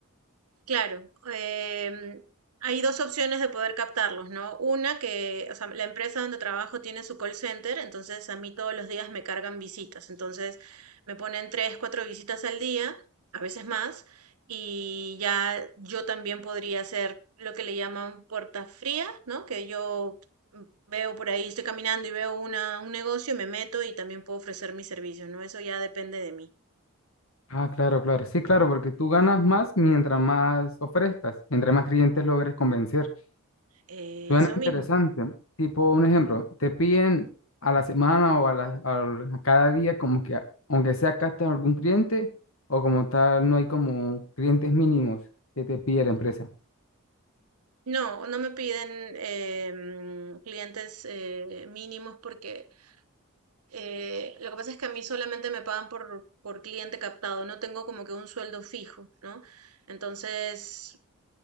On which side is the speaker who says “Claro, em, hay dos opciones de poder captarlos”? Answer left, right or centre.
Right